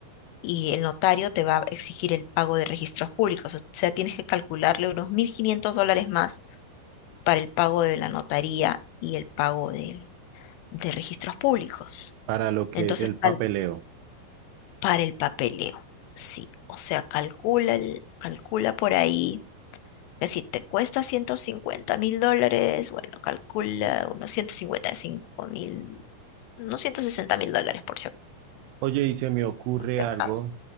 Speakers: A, on the left; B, on the right.
A: Y el notario te va a exigir el pago de registros públicos. O sea, tienes que calcularle unos 1.500 dólares más para el pago de la notaría y el pago del de registros públicos.
B: Para lo que
A: Entonces,
B: es el
A: cal-
B: papeleo.
A: para el papeleo, sí. O sea, calcula, el- calcula por ahí que si te cuesta 150 mil dólares, bueno, calcula unos 155 mil, unos 160 mil dólares por si por
B: Oye, y se me ocurre
A: si
B: algo,
A: acaso.